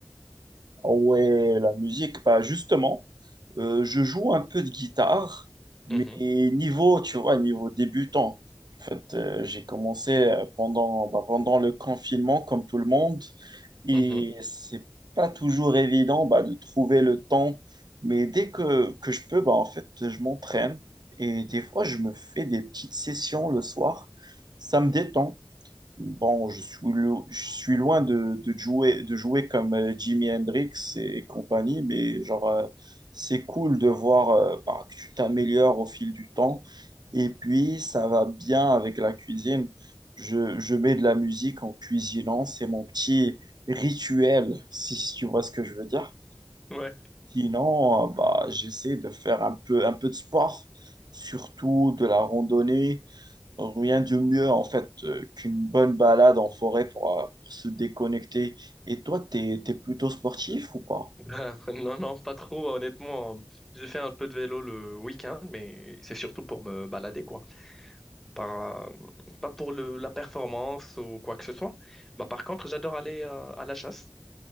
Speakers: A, on the right (about 65°); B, in the centre.
A: Ah ouais, la musique, bah justement, euh, je joue un peu de guitare, mais
B: Mhm,
A: niveau, tu vois, niveau débutant. En fait, euh, j'ai commencé euh, pendant, bah, pendant le confinement, comme tout le monde, et
B: mhm,
A: c'est pas toujours évident bah, de trouver le temps. Mais dès que, que je peux, bah, en fait, je m'entraîne et des fois, je me fais des petites sessions le soir. Ça me détend. Bon, je suis, lo- je suis loin de, de jouer, de jouer comme euh, Jimi Hendrix et compagnie, mais genre, euh, c'est cool de voir euh, bah, que tu t'améliores au fil du temps. Et puis, ça va bien avec la cuisine. Je, je mets de la musique en cuisinant, c'est mon petit rituel, si si tu vois ce que je veux dire.
B: ouais.
A: Sinon, euh, bah, j'essaie de faire un peu, un peu de sport, surtout de la randonnée Rien de mieux en fait euh, qu'une bonne balade en forêt pour, euh, pour se déconnecter. Et toi, t'es, t'es plutôt sportif ou pas?
B: Ben, <laughs> non, non, pas trop, honnêtement. hein. J'ai fait un peu de vélo le week-end, mais c'est surtout pour me balader, quoi. Pas, pas pour le, la performance ou quoi que ce soit. Ben, par contre, j'adore aller euh, à la chasse.